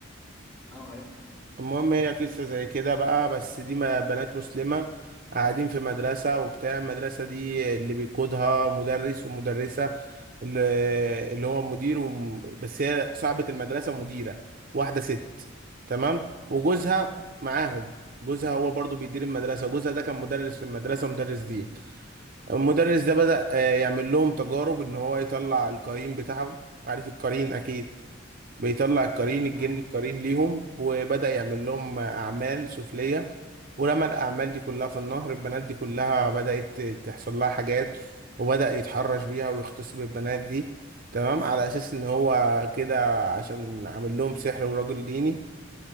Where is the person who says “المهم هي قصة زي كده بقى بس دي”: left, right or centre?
Right